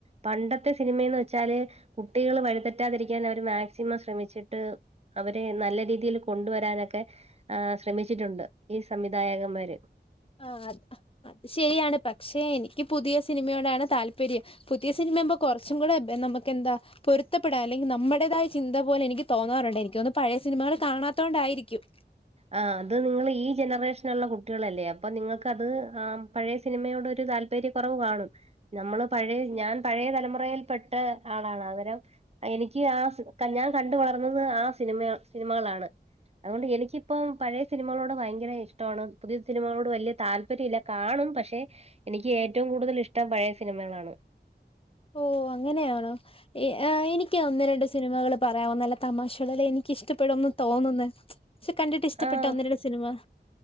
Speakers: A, on the right; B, on the left.
A: പണ്ടത്തെ സിനിമയന്ന് വെച്ചാല് കുട്ടികള് വഴിതെറ്റാതിരിക്കാൻ അവര് മാക്സിമം ശ്രമിച്ചിട്ട് അവരെ നല്ല രീതിയിൽ കൊണ്ടുവരാനൊക്കെ ആ ശ്രമിച്ചിട്ടുണ്ട് ഈ സംവിധായകന്മാര്.
B: ആ അത് അത് ശെരിയാണ്. പക്ഷെ എനിക്ക് പുതിയ സിനിമയോടാണ് താല്പര്യം. പുതിയ സിനിമവുമ്പ കുറച്ചും കൂടെ നമുക്കന്താ പൊരുത്തപ്പെടാൻ അല്ലെങ്കിൽ നമ്മുടേതായ ചിന്ത പോലെ എനിക്ക് തോന്നാറുണ്ട് എനിക്ക് ഒന്ന് പഴയ സിനിമകൾ കാണാതോണ്ടായിരിക്കും
A: ആ അത് നിങ്ങള് ഈ ജനറേഷനുള്ള കുട്ടികളല്ലേ? അപ്പൊ നിങ്ങൾക്ക് അത് ആ പഴയ സിനിമയോട് ഒരു താല്പര്യം താല്പര്യ കുറവ് കാണും നമ്മള് പഴയ ഞാൻ പഴയ തലമുറയിൽ പെട്ട ആളാണ് അന്നേരം എനിക്ക് ആ ഞാൻ കണ്ട വളർന്നത് ആ സിനിമ സിനിമകളാണ് അതുകൊണ്ട് എനിക്ക് ഇപ്പം പഴയ സിനിമകളോട് ഭയങ്കര ഇഷ്ടമാണ് പുതിയ സിനിമകളോട് വലിയ താല്പര്യം ഇല്ല കാണും പക്ഷെ എനിക്ക് ഏറ്റവും കൂടുതൽ ഇഷ്ടം പഴയ സിനിമകളാണ്
B: ഓ അങ്ങനെയാണോ എനിക്ക് ഒന്ന് രണ്ട് സിനിമകള് പറയാവോ നല്ല തമാശയുള്ള എനിക്ക് ഇഷ്ടപ്പെടുംന്ന് തോന്നുന്ന പക്ഷെ കണ്ടിട്ട് ഇഷ്ടപ്പെട്ട
A: ആഹ്
B: ഒന്ന് രണ്ട് സിനിമ